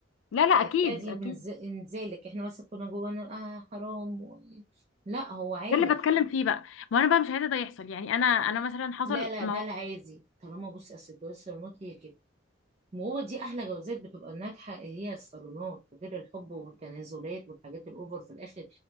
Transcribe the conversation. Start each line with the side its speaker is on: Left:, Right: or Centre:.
Left: لا لا
Right: تأكدي
Left: اكيد اكيد
Right: من ز- انزالك احنا مثلا كنا جوه نقول اه حرام و... لا هو عارف
Left: ده اللي بتكلم فيه بقى ما انا بقى مش عايزه ده يحصل يعني انا انا مثلا حصل
Right: لا لا
Left: ما
Right: ده العادي طالما بصي اصل الجواز الصالونات هي كده وهو دي احلى جوازات بتبقى ناجحه هي الصالونات غير الحب والتنازلات والحاجات الاوفر في الاخر